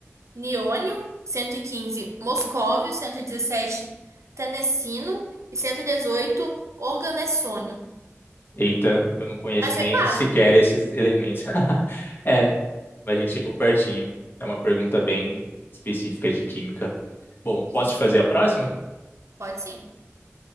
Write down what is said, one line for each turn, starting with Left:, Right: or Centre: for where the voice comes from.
Right: niônio, 115 moscóvio, 117 tenecino e dezessete tenessino e 118, organessônio.
Left: Eita, eu não conheço
Right: Mas
Left: nem
Right: foi quase.
Left: sequer esses elementos. <laughs> É, mas a gente chegou pertinho. É uma pergunta bem específica de química. Bom,
Right: Isso,
Left: posso te fazer a próxima?
Right: pode sim.